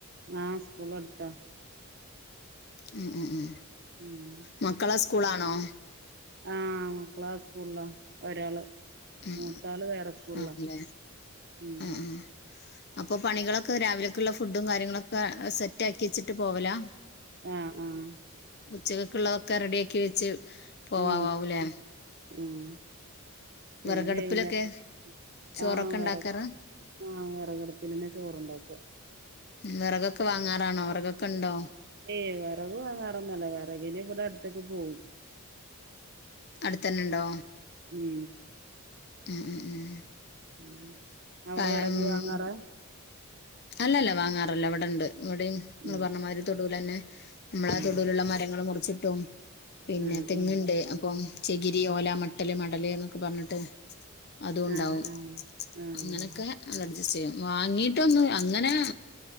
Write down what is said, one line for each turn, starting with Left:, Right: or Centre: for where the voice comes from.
Right: ആഹ് സ്കൂള് അടുത്താ
Left: ഉം ഉം ഉം
Right: ഉം
Left: മക്കള സ്കൂളാണോ
Right: ആഹ് ക്ലാസ് ഫുള്ളാ ഒരാള്
Left: ഉം
Right: മൂത്താള് വേറെ സ്കൂളിലാ
Left: ആണല്ലേ
Right: ഉം
Left: ആ ആ അപ്പൊ പണികളൊക്കെ രാവിലെ ക്കുള്ള ഫുഡും കാര്യങ്ങളൊക്കെ സെറ്റ് ആക്കി വെച്ചിട്ട് പോവല
Right: ആഹ് ആഹ്
Left: ഉച്ചക്കുള്ളതൊക്കെ റെഡി ആക്കി വെച്ച് പോവാവാവൂലേ
Right: ഉം ഉം പിന്നെ
Left: വിറകടുപ്പിലൊക്കെ
Right: വൈകുന്നേരം
Left: ചോറൊക്കെ
Right: ആഹ്
Left: ഉണ്ടാക്കാറാ
Right: വിറക് ആഹ് വിറകിടപ്പിൽതന്നെ ചോറുണ്ടാക്കാ
Left: വിറകൊക്കെ വാങ്ങാറാണോ വിറകൊക്കെ ഉണ്ടോ
Right: ഏയ് വിറക് വാങ്ങാറൊന്നുമില്ല വിറകിന് ഇവിടെ അടുത്തെക്കെ പോവും
Left: അടുത്ത് തന്നുണ്ടോ
Right: ഉം
Left: ഉം ഉം ഉം
Right: ഉം അവിടെ
Left: ആ,
Right: വിറക്
Left: ഉം.
Right: വാങ്ങാറാ
Left: അല്ലല്ല വാങ്ങാറില്ല ഇവിടൊണ്ട് ഇവിടെയും നിങ്ങള്
Right: ഉം
Left: പറഞ്ഞമാതിരി തൊടുവൽ തന്നെ നമ്മള് ആ
Right: ആഹ്
Left: തൊടുവിലുള്ള മരങ്ങള് മുറിച്ചിട്ടും പിന്നെ
Right: ആഹ്
Left: തെങ്ങുണ്ട്
Right: ആഹ്
Left: അപ്പം ചെകിരി ഓല മട്ടല് മടല് എന്നൊക്കെ പറഞ്ഞിട്ട് അതും ഉണ്ടാവും
Right: ആഹ് ആഹ് ആഹ്
Left: അങ്ങനെയൊക്കെ നല്ല അഡ്ജസ്റ്റ് ചെയ്യും വാങ്ങിട്ടൊന്ന് അങ്ങനെ